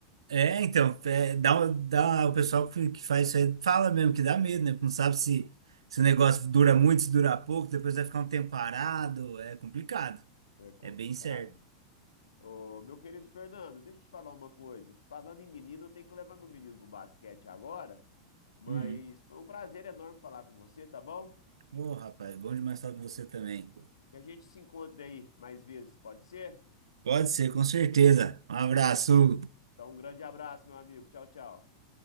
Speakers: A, on the right; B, on the left.
A: É, então, é, dá, uma- dá, o pessoal que, que faz isso aí fala mesmo que dá medo, né? Porque não sabe se, se o negócio dura muito, se dura pouco, depois vai ficar um tempo parado, é complicado.
B: É complicado.
A: É bem certo.
B: Ô, meu querido Fernando, deixa eu te falar uma coisa. Falando em menino, eu tenho que levar meu menino pro basquete agora, mas
A: Uhum.
B: foi um prazer enorme falar com você, tá bom?
A: Ô, rapaz, bom demais falar com você também.
B: Que a gente se encontre aí mais vezes, pode ser?
A: Pode ser, com certeza. Um abraço, Hugo.
B: Então, um grande abraço, meu amigo. Tchau, tchau.